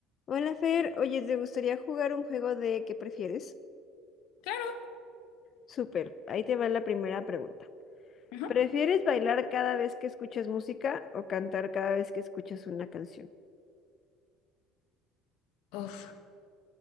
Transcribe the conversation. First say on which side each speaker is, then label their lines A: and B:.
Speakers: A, on the left; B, on the left.
A: Hola Fer, oye, ¿te gustaría jugar un juego de qué prefieres?
B: Claro.
A: Súper, ahí te va la primera pregunta.
B: Ajá.
A: ¿Prefieres bailar cada vez que escuchas música o cantar cada vez que escuchas una canción?
B: Uf,